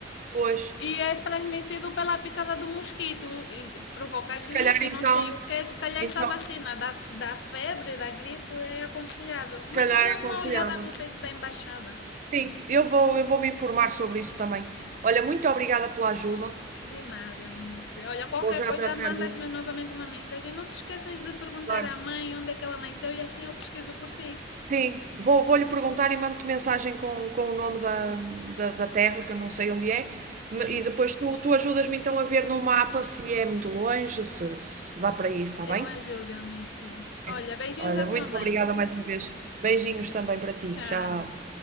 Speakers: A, on the right; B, on the left.
A: Pois,
B: E é transmitido pela picada do mosquito e provoca
A: se
B: gripe,
A: calhar então,
B: não sei o que Se calhar
A: então,
B: essa vacina da, f- da febre, da gripe, é aconselhável. Mas
A: se calhar
B: dê
A: é
B: uma
A: aconselhável.
B: olhada no site da embaixada.
A: Sim, eu vou, eu vou me informar sobre isso também. Olha, muito obrigada pela ajuda.
B: De nada, Eunice. Olha, qualquer
A: Vou já
B: coisa,
A: tratar
B: mandas-me
A: disso.
B: novamente uma mensagem. Não te esqueças de perguntar
A: Claro.
B: à mãe onde é que ela nasceu e assim eu pesquiso por ti.
A: Sim, vou, vou lhe perguntar e mando-te mensagem com, com o nome da, da, da terra, que eu não sei onde é.
B: Sim,
A: Me- E depois tu, tu ajudas-me então a ver no mapa se é muito longe, se, se dá para ir, está
B: eu
A: bem?
B: ajudo, Eunice. Olha,
A: Ok.
B: beijinhos
A: Olha,
B: à tua
A: muito
B: mãe.
A: obrigada mais uma vez. Beijinhos também para ti.
B: Tchau.
A: Tchau.